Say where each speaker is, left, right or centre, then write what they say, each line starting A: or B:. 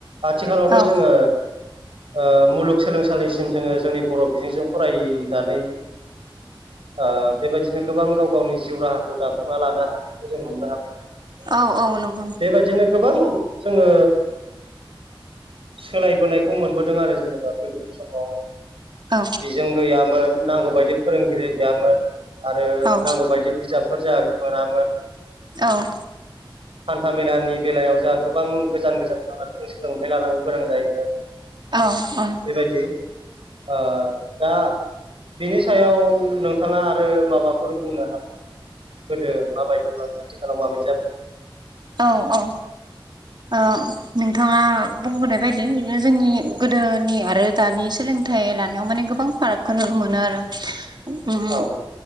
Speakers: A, on the right (about 85°); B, on the right (about 55°).
A: आथिखालावथ'
B: औ
A: जोङो ओ मुलुगसोलोंसालिसिम जोङो जोंनि बर' बिजोंजों फरायनानै ओ बेबायदिनो गोबां गाव गावनि जिउ राहाखौ दाफुंना लानो हानायखौ जों मोननो हाबाय दा।
B: औ नंगौ नोंथां औ औ नंगौ
A: बेबायदिनो गोबां जोङो सोलायबोनायखौ मोनबो दों आरो जेनेबा गोदोनि समाव
B: औ
A: बेजों गैयामोन नांगौ बायदि फोरोंगिरि गैयामोन आरो
B: औ
A: नांगौ बायदि बिजाब फोर जाहा मोनामोन।
B: औ।
A: <inaudible> हान्था मेलानि बेलायाव जोंहा गोबां गोजान गोजान थांनानै सोलोंथाइ लानांगौ गोनां जायोमोन।
B: औ औ।
A: बेबायदि ओ दा बिनि सायाव नोंथाङा आरो माबाफोर बुंनो हाबाव गोदो माबायदिमोन आथिखालाव माबायदि जाबो
B: औ औ। ओ नोंथाङा बुंबोनाय बायदि बिदिनो जोंनि गोदोनि आरो दानि सोलोंथाइ लानायाव माने गोबां फारागखौ नुनो मोनो आरो ओम ओम
A: औ